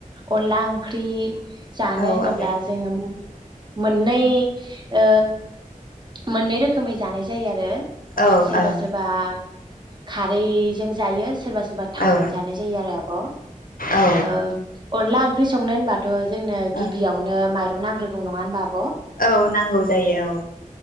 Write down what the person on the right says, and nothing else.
अनला ओंख्रि जानो
होनोब्ला
जोङो उम मोननै ओ मोननै रोखोमै जानाय जायो आरो ओ
सोरबा
सोरबा खारैजों जायो। सोरबा सोरबा थावजों
जानाय जायो आरो आब' ओ
अनला ख्रि संनो होनबा थ जोंनो
गिबियावनो माइ रं नांग्रोगौ नङा होनबा आब'?